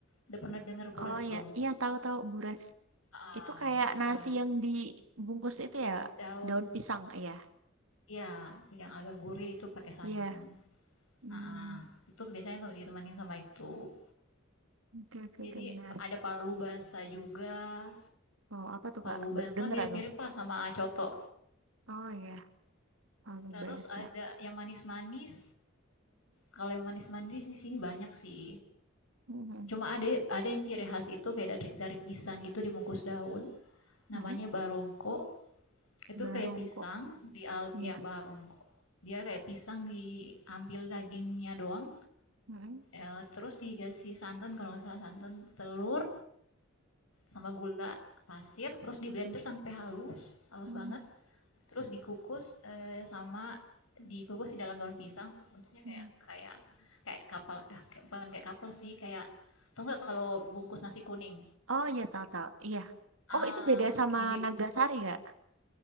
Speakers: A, on the left; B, on the right.
A: Udah pernah dengar buras
B: Oh
A: belum?
B: ya, iya tahu-tahu buras.
A: Ah,
B: Itu kayak
A: buras
B: nasi yang dibungkus itu ya,
A: daun.
B: daun pisang ya.
A: Ya, yang agak gurih itu pakai santan.
B: Iya. Hmm.
A: Ah, itu biasanya tuh ditemanin sama itu.
B: Oke oke
A: Jadi
B: oke menarik.
A: ada palu basah juga.
B: Wow, apa tuh
A: Palu
B: Kak?
A: basah
B: Baru denger
A: mirip-mirip
B: aku.
A: lah sama coto.
B: Oh ya, palu
A: Terus
B: basah.
A: ada yang manis-manis. Kalau yang manis-manis di sini banyak sih.
B: Mm-mm.
A: Cuma ada ada yang ciri khas itu kayak dari dari pisang gitu dibungkus daun. Namanya
B: Mm-mm.
A: barongko. Itu
B: Barongko.
A: kayak pisang di al
B: Ya,
A: ya barongko. Dia kayak pisang diambil dagingnya doang.
B: Mm-mm.
A: eh, terus dikasih santan kalau nggak salah santan, telur sama gula pasir terus di blender sampai halus, halus
B: Mhm.
A: banget. Terus dikukus eh, sama dikukus di dalam daun pisang terus bentuknya
B: Mm.
A: kayak kayak kayak kapal eh, kayak, bukan kayak kapal sih kayak tau nggak kalau bungkus nasi kuning
B: Oh ya tahu tahu. Iya. Oh
A: ah
B: itu beda sama
A: ini
B: Nagasari nggak?